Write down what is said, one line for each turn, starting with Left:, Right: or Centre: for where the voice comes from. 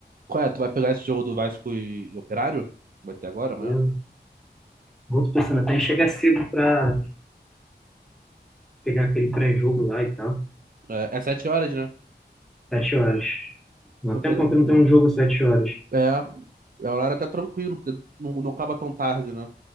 Right: Qual é? Tu vai pegar esse jogo do Vasco e, e Operário? Vai ter agora,
Centre: Valeu.
Right: amanhã?
Centre: Vou tô pensando até em chegar cedo pra pegar aquele pré-jogo lá e tal.
Right: É, é sete horas, né?
Centre: Sete horas. Há
Right: Tô
Centre: tempo
Right: querendo.
Centre: que não tem um jogo às sete horas.
Right: É, é um horário até tranquilo, porque não, não acaba tão tarde, né?